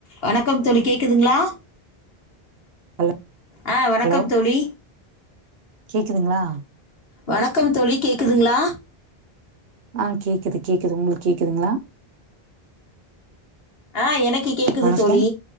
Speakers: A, on the left (about 70°); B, on the right (about 75°).
A: வணக்கம் தோழி கேக்குதுங்ளா
B: ஹலோ
A: ஆ வணக்கம்
B: ஹலோ
A: தோழி
B: கேக்குதுங்ளா
A: வணக்கம் தோழி கேக்குதுங்ளா
B: ஆ கேக்குது கேக்குது உங்களுக்கு கேக்குதுங்ளா
A: அ எனக்கு கேக்குது
B: வணக்கம்
A: தோழி